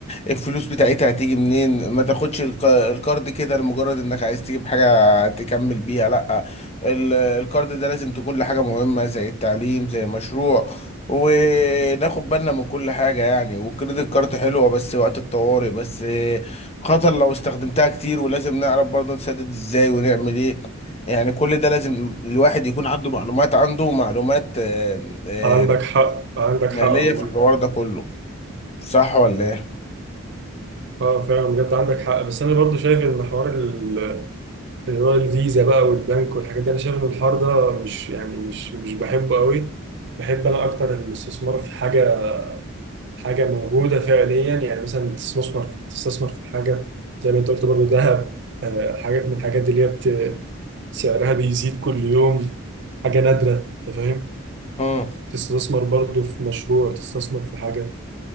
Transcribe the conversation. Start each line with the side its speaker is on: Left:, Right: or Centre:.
Left: الفلوس بتاعتها هتيجي منين ما تاخدش الك- الكارد كده لمجرد انك عايز تجيب حاجة تكمل بيها لا ال- الكارد ده لازم تكون لحاجة مهمة زي التعليم زي مشروع وناخد بالنا من كل حاجة يعني والكريدت كارد حلوة بس وقت الطوارئ بس خطر لو استخدمتها كتير ولازم نعرف برضه نسدد ازاي ونعمل ايه يعني كل ده لازم الواحد يكون عنده معلومات عنده معلومات آه، آه،
Right: عندك حق عندك
Left: مالية
Right: حق والله
Left: في الحوار ده كله صح ولا ايه؟
Right: اه فعلا بجد عندك حق بس انا برضو شايف ان حوار اللي هو الفيزا بقى والبنك والحاجات دي انا شايف ان الحوار ده مش يعني مش مش بحبه قوي بحب انا اكتر الاستثمار في حاجه حاجه موجوده فعليا يعني مثلا تستثمر تستثمر في حاجه زي ما انت قلت برضه ذهب آه، حاجات من الحاجات دي اللي هي بت- سعرها بيزيد كل يوم حاجه نادره انت فاهم
Left: مم.
Right: تستثمر برضه في مشروع تستثمر في حاجه